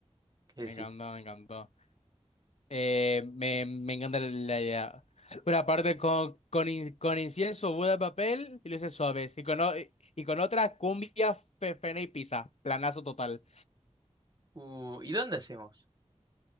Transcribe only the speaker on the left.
me
encantó, me encantó. Eh, me, me encanta la la idea. Una parte con, con, in- con incienso, Buda de papel y luces suaves. Y con, o- y con otra, cumbia, pe- pena y pizza. Planazo total.